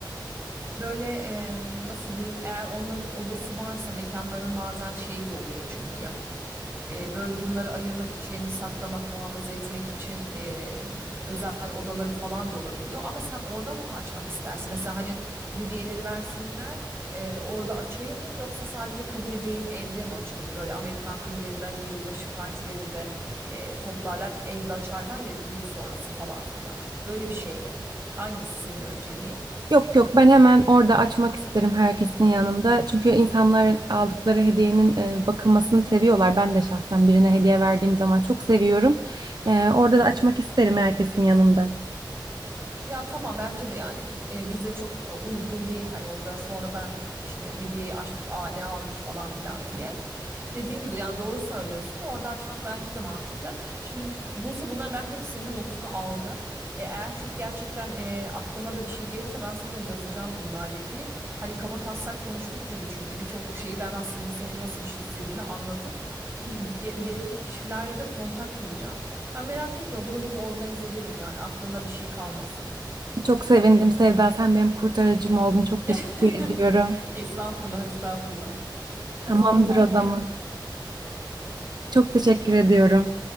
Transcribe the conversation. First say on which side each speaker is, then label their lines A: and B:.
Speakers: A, on the right; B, on the right.
A: Böyle e, nasıl diyeyim? Eğer onların odası varsa mekanların bazen şeyi de oluyor çünkü. E, böyle bunları ayırmak için, saklamak, muhafaza etmek için e, özel odaları falan da olabiliyor. Ama sen orada mı açmak istersin? Mesela hani hediyeleri versinler, e, orada açayım mı yoksa sadece kabul edeyim evde mi açayım? Böyle Amerikan filmlerinde hani yılbaşı partilerinde e, toplarlar, evde açarlar ya düğün sonrası falan filan. Böyle bir şey mi? Hangisi senin önceliğin?
B: Yok yok ben hemen orada açmak isterim herkesin yanında. Çünkü insanlar aldıkları hediyenin e, bakılmasını seviyorlar. Ben de şahsen birine hediye verdiğim zaman çok seviyorum. E, orada da açmak isterim herkesin yanında.
A: Ya tamam bence de yani e, bize çok e, uygun değil hani orada sonradan işte hediyeyi açtık aa ne almış falan filan diye. Dediğin gibi yani doğru söylüyorsun orada açmak bence de mantıklı. Şimdi Buse bunların ben hepsinin notunu aldım. E, eğer çok gerçekten e, aklıma da bir şey gelirse ben sana yazacağım bunlarla ilgili. Hani kaba taslak konuştuk gibi çünkü birçok şeyi ben aslında senin nasıl bir şey istediğini anladım. Ki, ge- gerekli kişilerle de kontak kuracağım. Ha merak etme bunu biz organize ederiz yani aklında bir şey kalmasın.
B: Çok sevindim Sevda. Sen benim kurtarıcım oldun. Çok
A: <laughs>
B: teşekkür ediyorum.
A: Estağfurullah, estağfurullah. Kafanı
B: Tamamdır
A: takma
B: o zaman. Çok teşekkür ediyorum.